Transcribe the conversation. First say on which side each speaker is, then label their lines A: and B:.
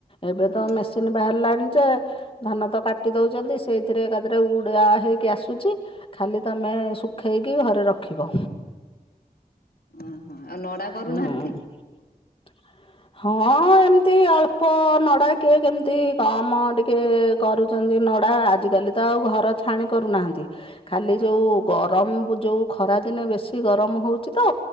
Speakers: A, on the left (about 35°); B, on the left (about 80°).
A: ଏବେ
B: ହଁ
A: ତ ମେସିନ୍ ବାହାରିଲାଣି। ଯେ ଧାନ ତ କାଟି ଦୋଉଛନ୍ତି ସେଇଥିରେ ତାପରେ ଉଡ଼ା ହେଇକି ଆସୁଚି ଖାଲି ତମେ ସୁ ଖେଇକି ଘରେ ରଖିବ।
B: ଓହୋ ଆଉ ନଡା କରୁନାହାନ୍ତି?
A: ହୁଁ। <inaudible> ହଁ ଏମତି ଅଳ୍ପ ନଡା କିଏ କେମତି କାମ ଟିକେ କରୁଛନ୍ତି। ନଡା ଆଜି କାଲି ତ ଆଉ ଘର ଛାଣି କରୁନାହାନ୍ତି ଖାଲି ଯୋଉ ଗ ଗରମ ଯେଉଁ ଖରାଦିନେ ବେଶୀ ଗରମ ହୋଉଛି ତ